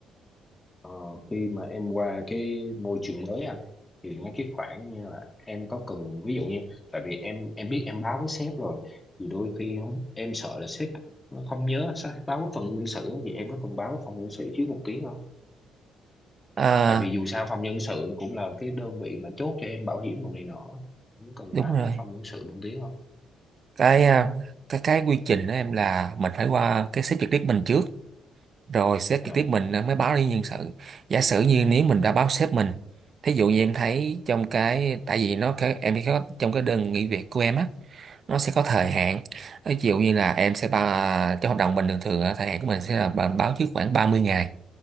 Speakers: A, on the left; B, on the right.
A: Ờ, khi mà em qua cái môi trường mới anh thì mấy cái khoản như là em có cần ví dụ như tại vì em em biết em báo với sếp rồi thì đôi khi không, em sợ là sếp nó không nhớ sao báo với phần nhân sự á, vậy em có cần báo với phòng nhân sự trước một tiếng không
B: À,
A: tại vì dù sao phòng nhân sự nó cũng là cái đơn vị mà chốt cho em bảo hiểm đồ này nọ em có cần
B: đúng
A: báo
B: rồi
A: với phòng nhân sự một tiếng không
B: cái à, cái cái quy trình đó em là mình phải qua cái sếp trực tiếp mình trước rồi sếp
A: dạ
B: trực tiếp mình mới báo đi nhân sự giả sử như nếu mình
A: ừ
B: đã báo sếp mình thí dụ như em thấy trong cái tại vì nó cái em có trong cái đơn nghỉ việc của em á nó sẽ có thời
A: ừ
B: hạn ví dụ như là em sẽ ba trong hợp đồng mình thường thường á, thời hạn của mình sẽ là bà- báo trước khoảng ba mươi ngày